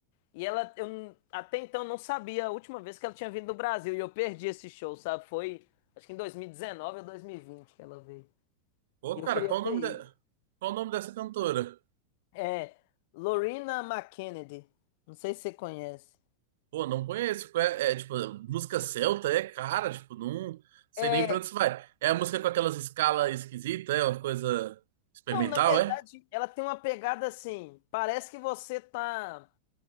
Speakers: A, on the left; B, on the right.
A: E ela, eu n- até então não sabia a última vez que ela tinha vindo do Brasil, e eu perdi esse show, sabe? Foi, acho que em 2019 ou 2020 que ela veio.
B: Pô,
A: E eu
B: cara,
A: queria
B: qual
A: ter
B: o nome
A: ido.
B: da... qual o nome dessa cantora?
A: É Lorena McKennedy. Não sei se você conhece.
B: Pô, não conheço. Qual É, é, tipo, música celta é cara, tipo, não sei
A: É,
B: nem pra onde isso vai. É a música com aquelas escalas esquisitas, é uma coisa experimental,
A: não, na verdade,
B: é?
A: ela tem uma pegada assim. Parece que você tá